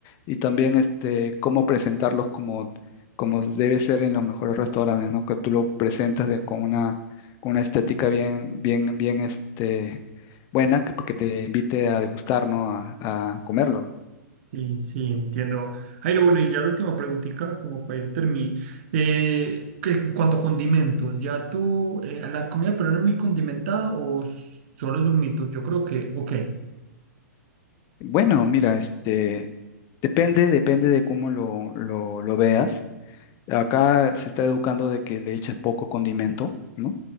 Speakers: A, on the left; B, on the right.
A: y también este, cómo presentarlos como, como debe ser en los mejores restaurantes, ¿no? Que tú lo presentas de, con una, con una estética bien, bien, bien, este, buena, que, pues, que te invite a degustar, ¿no? A, a comerlos.
B: sí, sí, entiendo. Jairo, bueno, y ya la última preguntita, como para ir terminando. Eh, que en cuanto a condimentos, ¿ya tú, eh, la comida peruana es muy condimentada o s- solo es un mito? Yo creo que, ok,
A: Bueno, mira, este depende, depende de cómo lo, lo, lo veas. Acá se está educando de que le eches poco condimento, ¿no?